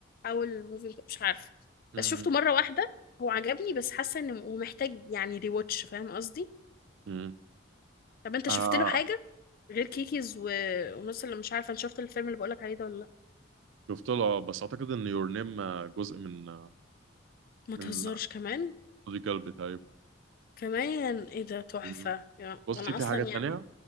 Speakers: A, on the left (about 45°); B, on the right (about 70°).
A: او الموفينج مش عارفة
B: م-
A: بس شفته مرة واحدة هو عجبني بس حاسة انه ومحتاج يعني ريواتش فاهم قصدي
B: م.
A: طب انت
B: آه
A: شفت له حاجه غير كيكيز و... ونص اللي مش عارفه انا شفت الفيلم اللي بقولك عليه ده ولا لا
B: شفت له بس اعتقد ان يور نيم جزء من
A: ما
B: من
A: تهزرش كمان
B: صودي قلبي تقريبا
A: كمان ايه ده تحفه
B: م.
A: يعني
B: بصي
A: انا
B: في
A: اصلا
B: حاجات
A: يعني
B: تانية